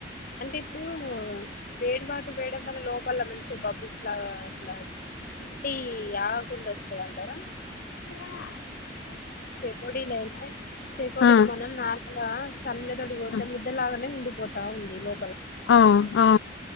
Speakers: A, on the left; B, on the left.
A: అంటే ఇప్పుడు వేడి వాటర్ వేయడం వల్ల లోపల మంచి బబుల్స్ లాగా అట్లా పిండి ఆగకుండా వస్తదంటరా
B: క్యా
A: ఇప్పుడు చెకోడిలయినా ఇప్పుడు చెకోడీలు
B: ఆ
A: మనం నా నా చల్లగాలి పోతే
B: ఆ
A: ముద్ద లాగానే ఉండిపోతా ఉంది లో
B: ఆ ఆ